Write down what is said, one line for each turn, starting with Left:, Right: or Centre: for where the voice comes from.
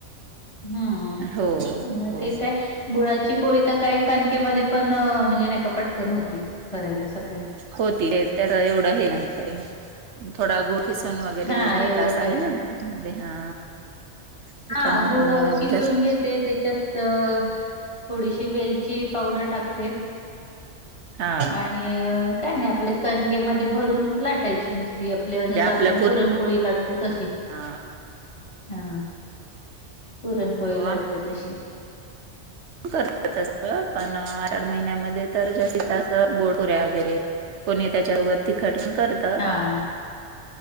Left: हम्म
Right: हो,
Left: म
Right: हो
Left: ते काय बुळाची पोळी तर काय कानकेमध्ये पण म्हणजे नाहीका पटकन होती करायला सकाळी
Right: होती रे त्या तर एवढं हे नाही काही थोडा गु खिसन वगैरे
Left: हा
Right: घेत
Left: एवढं
Right: असाल
Left: काही नाही.
Right: ना त्याच्यामध्ये हा त्याच्यामध्ये
Left: हा गुळ
Right: मग
Left: किसून
Right: जास्त
Left: घेते त्याच्यात तर थोडीशी वेलची पावडर टाकते
Right: हा
Left: आणि काय नाही आपल्या कणकेमध्ये भरून लाटायची नुस्ती आपल्या
Right: जे
Left: जस
Right: आपलं
Left: आपण पुरणपोळी लाटतो तशी
Right: हा
Left: हा पुरणपोळी
Right: हो
Left: लाटतो तशी
Right: करत तस पण चार महिन्यामध्ये तर ज तसं गोडपुऱ्या वगैरे कोणी त्याच्याबोबत तिखट पण करत
Left: हा